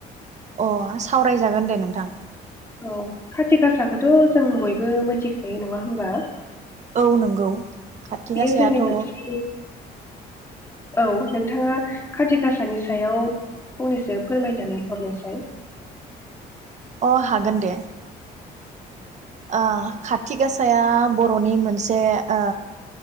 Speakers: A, on the right; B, on the left.
A: अ सावरायजागोन दे नोंथां।
B: औ खाथि गासाखौथ' जों बयबो मोन्थिखायो नङा होमबा
A: औ नंगौ खाथि
B: बेयो
A: गासायाथ'
B: जोंनि मोनसे औ नोंथाङा खाथि गासानि सायाव फंनैसो फोरमायनानै हरनायसाय-
A: अ हागोन दे ओ खाथि गासाया बर'नि मोनसे ओ